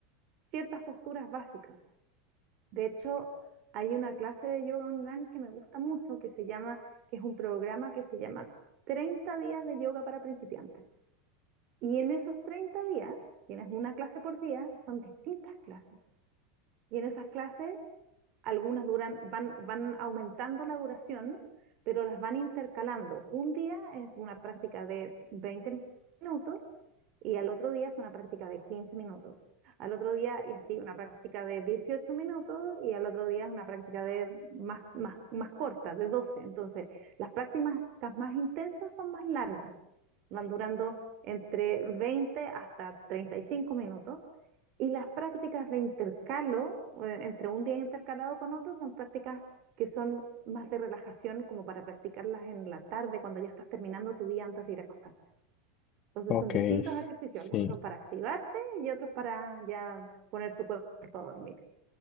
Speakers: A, on the right (about 45°); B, on the left (about 40°).
A: ciertas posturas básicas. De hecho, hay una clase de yoga online que me gusta mucho, que se llama, que es un programa que se llama 30 días de yoga para principiantes. Y en esos 30 días, tienes una clase por día, son distintas clases. Y en esas clases algunas duran, van, van aumentando la duración, pero las van intercalando. Un día es una práctica de 20 minutos y al otro día es una práctica de 15 minutos. Al otro día, y así, una práctica de 18 minutos y al otro día es una práctica de más, más, más corta, de 12. Entonces, las prácticas más intensas son más largas, van durando entre 20 hasta 35 minutos y las prácticas de intercalo, eh, entre un día intercalado con otro, son prácticas que son más de relajación, como para practicarlas en la tarde, cuando ya estás terminando tu día antes de ir a acostar. Entonces
B: ok,
A: son distintos
B: s-
A: ejercicios,
B: sí,
A: algunos son para activarte y otros para ya poner tu cuerpo a dormir.